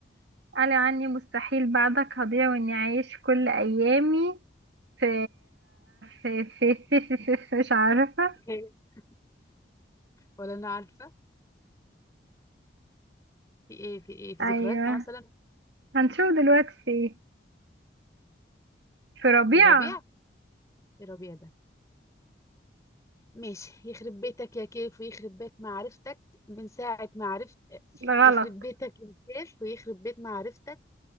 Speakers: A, on the right (about 70°); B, on the left (about 15°).
A: قال عني مستحيل بعدك هضيع وإني أعيش كل أيامي في في في في, في, في, في مش عارفة
B: <laughs> ولا انا عارفة في ايه في ايه في
A: أيوة
B: ذكرياتنا مثلا
A: هنشوف دلوقتي في إيه في ربيع
B: في ربيع في ربيع ده ماشي يخرب بيتك يا كيف ويخرب بيت معرفتك من ساعة ما عرفت
A: لا،
B: يخرب
A: غلط
B: بيتك يا كيف ويخرب بيت معرفتك